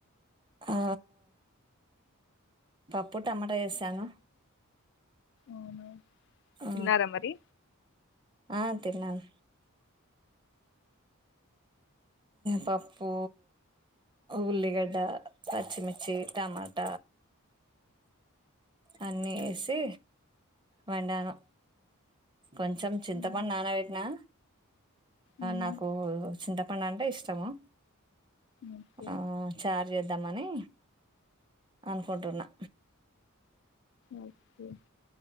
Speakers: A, on the right; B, on the left.
A: ఆ పప్పు టమాటా చేసాను.
B: అవునా?
A: ఆ
B: తిన్నారా మరి
A: ఆ తిన్నాన్ పప్పు, ఉల్లిగడ్డ, పచ్చిమిర్చి, టమాట అన్నేసి వండాను. కొంచెం చింతపండు
B: ఉమ్,
A: నాన పెట్టినా
B: ఉమ్,
A: నాకు చింత చింతపండు అంటే ఇష్టము.
B: ఓకే
A: ఆ చార్ చేద్దామని అనుకుంటున్నా
B: ఓకే